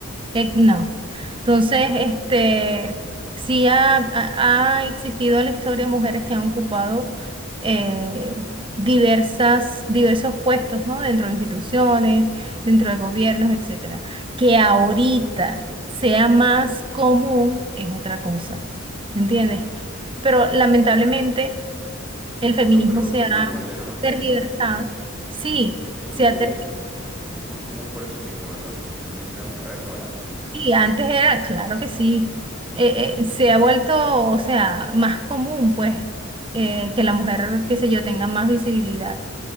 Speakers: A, on the right; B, in the centre.
A: eh, no. Entonces, este, sí ha, ha- ha existido en la historia mujeres que han ocupado eh, diversas, diversos puestos, ¿no? Dentro de instituciones, dentro de gobiernos, etcétera. Que ahorita sea más común es otra cosa, ¿entiendes? Pero lamentablemente el feminismo
B: No, pero,
A: se
B: pero
A: ha
B: igual era más difícil.
A: tergiversado. Sí,
B: Es que, es
A: se
B: que
A: ha tergiversado
B: eh, es más común por eso mismo, ¿verdad? Porque antes era un reto grande.
A: Y antes era, claro que sí, eh, eh, se ha vuelto, o sea, más común, pues, eh, que la mujer, qué sé yo, tenga más visibilidad.